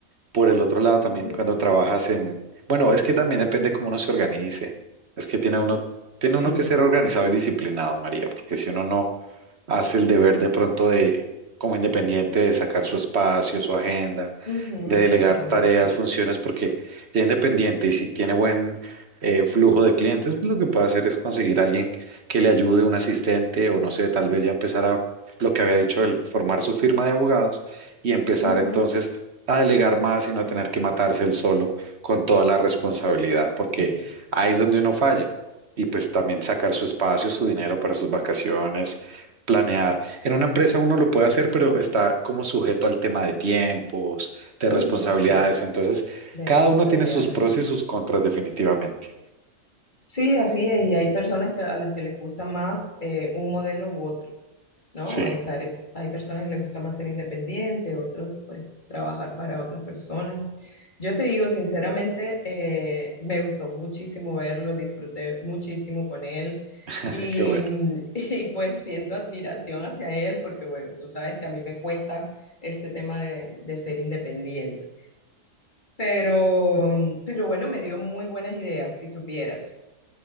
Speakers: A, on the right (about 55°); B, on the left (about 35°).
A: Por el otro lado, también
B: ujú.
A: cuando trabajas en, bueno, es que también depende cómo uno se organice. Es que tiene uno, tiene
B: Sí.
A: uno que ser organizado y disciplinado, María, porque si uno no hace el deber de pronto de, como independiente, de sacar su espacio, su agenda,
B: Ujú,
A: de delegar
B: Eso también
A: tareas,
B: es cierto.
A: funciones, porque ya independiente y si tiene buen eh, flujo de clientes, pues lo que puede hacer es conseguir a alguien que le ayude, un asistente, o no sé, tal vez ya empezar a lo que había dicho, el formar su firma de abogados y empezar
B: Ujú,
A: entonces a delegar más y no tener que matarse él solo con toda la responsabilidad,
B: Sí,
A: porque ahí es donde uno falla. Y pues también sacar su espacio, su dinero para sus vacaciones, planear. En una empresa uno lo puede hacer, pero está como sujeto al tema de tiempos, de
B: ujú,
A: responsabilidades.
B: sí,
A: Entonces,
B: de
A: cada
B: responsabilidad,
A: uno tiene sus
B: sí.
A: pros y sus contras definitivamente.
B: Sí, así es, y hay personas que, a las que les gusta más eh, un modelo u otro. ¿no?
A: Sí,
B: Estar, hay personas que les gusta más ser independiente, otros pues trabajar para otras personas. Yo te digo sinceramente, eh, me gustó muchísimo verlo, disfruté muchísimo con él
A: <laughs>
B: y,
A: qué bueno.
B: mm, <laughs> y, pues siento admiración hacia él porque bueno, tú sabes que a mí me cuesta este tema de, de ser independiente. Pero, mm, pero bueno, me dio muy buenas ideas, si supieras.